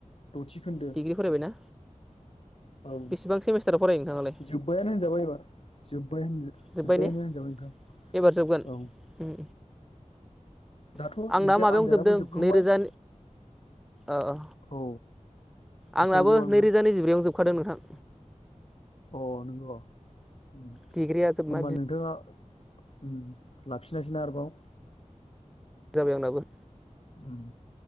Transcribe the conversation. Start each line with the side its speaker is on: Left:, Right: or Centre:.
Left: द'थि खोन्दो। औ
Centre: डिग्रि फरायबायना
Left: औ
Centre: बेसेबां सेमिस्टाराव फरायो नोंथाङालाय
Left: जोबबायानो होनजाबाय एबार। जोबबाय होनदो
Centre: जोब्बाय
Left: जोब्बायानो
Centre: ने
Left: होनजाबाय नोंथां
Centre: एबार जोबगोन
Left: औ।
Centre: उम
Left: दाथ'
Centre: आं दा
Left: एगजाम
Centre: माबायावनो
Left: आनजादाबो
Centre: जोबदों
Left: जोबखांबाय।
Centre: नैरोजा ओ अ
Left: औ बेसेबां
Centre: आंनाबो
Left: जोबा नोंथां
Centre: नैरोजा नैजिब्रैयावनो जोबखादों नोंथां।
Left: अ नंग' उम
Centre: डिग्रिया जोबना
Left: होनबा
Centre: बि
Left: नोंथाङा उम लाफिनासैना आरोबाव
Centre: जाबाय आंनाबो।
Left: उम